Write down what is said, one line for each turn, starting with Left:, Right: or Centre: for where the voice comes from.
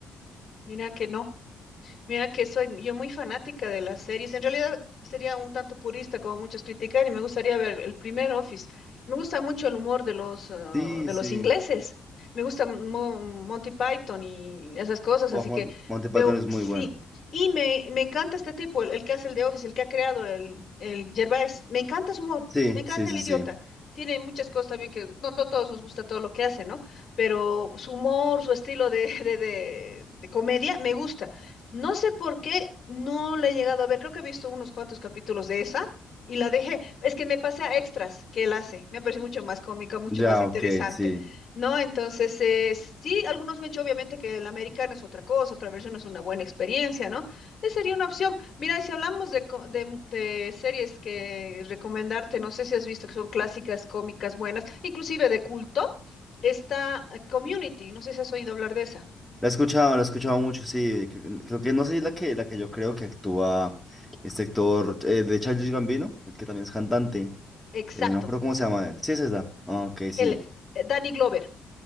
Left: Mira que no. Mira que soy yo muy fanática de las series. En realidad sería un tanto purista como muchos critican y me gustaría ver el primer Office. Me gusta mucho el humor de los, ah,
Centre: Sí,
Left: de
Centre: sí.
Left: los ingleses. Me gusta Mo- Monty Python y esas cosas,
Centre: Oh,
Left: así
Centre: Mon-
Left: que
Centre: Monty Python
Left: veo,
Centre: es muy
Left: sí.
Centre: bueno.
Left: Y me, me encanta este tipo, el, el que hace el de Office, el que ha creado el, el Gervais. Me encanta su humor,
Centre: Sí,
Left: me encanta
Centre: sí, sí,
Left: el idiota.
Centre: sí.
Left: Tiene muchas cosas también que no, no todos nos gusta todo lo que hace, ¿no? Pero su humor, su estilo de, de de- de comedia, me gusta. No sé por qué no la he llegado a ver. Creo que he visto unos cuantos capítulos de esa y la dejé. Es que me pasé a extras que él hace. Me ha parecido mucho más cómica, mucho
Centre: Ya,
Left: más interesante,
Centre: ok, sí.
Left: ¿no? Entonces, eh, sí, algunos me han dicho obviamente que el americano es otra cosa, otra versión es una buena experiencia, ¿no? Esa sería una opción. Mira, y si hablamos de, co- de, mu- de series que recomendarte, no sé si has visto que son clásicas, cómicas, buenas, inclusive de culto, está eh, Community. No sé si has oído hablar de esa.
Centre: La he escuchado, la he escuchado mucho, sí. Cre- Creo que no sé si es la que, la que yo creo que actúa este actor eh, de Childish Gambino, el que también es cantante.
Left: Exacto.
Centre: Eh, no creo cómo se llama él. Sí, es esa. Ah, Ok, sí.
Left: El eh, Danny Glover.